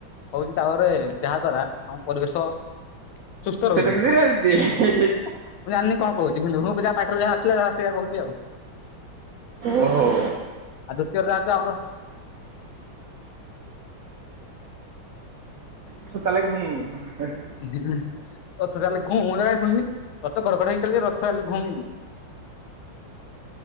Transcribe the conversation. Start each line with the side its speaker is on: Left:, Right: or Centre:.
Left: ହଉଚି ତାପରେ ଯାହା ଦ୍ଵାରା ଆମ ପରିବେଶ ସୁସ୍ଥ
Right: <unintelligible>
Left: ରହୁଛି ମୁଁ ଜାଣିନି କଣ କହୁଛି କିନ୍ତୁ ପୂଜା ପାଟିରୁ ଯା ଆସିଲା ସେଇଆ କହୁଛି ଆଉ।
Right: ଓହୋ।
Left: ଆଉ ଦ୍ୱତୀୟ ରେ ଜାଣିଚୁ ଅମର
Right: <unintelligible>
Left: ରଥ ଚାଲେ ଘୁଁ ମୁଁ ତ କାଇଁ ଶୁନି ରଥ କଡକଡ ହେଇ ଚାଲେ ରଥ ଚାଲେ ଘୁଁ କେମିତି?